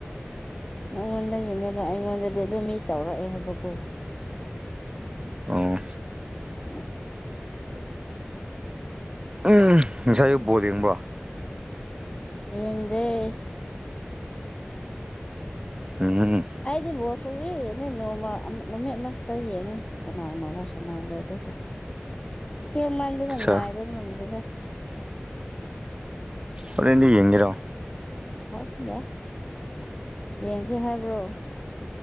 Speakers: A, on the left; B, on the right.
A: ꯅꯉꯣꯟꯗꯒꯤꯅꯦꯕ ꯑꯩꯉꯣꯟꯗꯗꯤ ꯑꯗꯨꯝ ꯃꯤ ꯇꯧꯔꯛꯑꯦ ꯍꯥꯏꯕꯀꯣ
B: ꯑꯣ
A: <unintelligible>
B: ꯎꯝ ꯉꯁꯥꯏ ꯑꯌꯨꯛ ꯕꯣꯜ ꯌꯦꯡꯕ꯭ꯔꯣ
A: ꯌꯦꯡꯗꯦ
B: <unintelligible>
A: ꯑꯩꯗꯤ ꯕꯣꯜ ꯁꯨꯛꯌꯦ ꯌꯦꯟꯅ‌ꯦ ꯅꯣꯡꯃꯥ ꯑꯝ ꯅꯨꯃꯤꯠ ꯑꯅꯥꯈꯛꯇ ꯌꯦꯡꯉꯦ ꯀꯅꯥ ꯀꯅꯥꯔ ꯁꯅꯥꯕꯗ‌ꯣ ꯊꯦꯡꯃꯟꯗꯅ
B: ꯑꯠꯆꯥ
A: ꯉꯥꯏꯕ ꯉꯝꯗꯦꯗ
B: ꯍꯣꯔꯦꯟꯗꯤ ꯌꯦꯡꯒꯦꯔꯣ
A: ꯈꯪꯗꯦ ꯌꯦꯡꯁꯤ ꯍꯥꯏꯕ꯭ꯔꯣ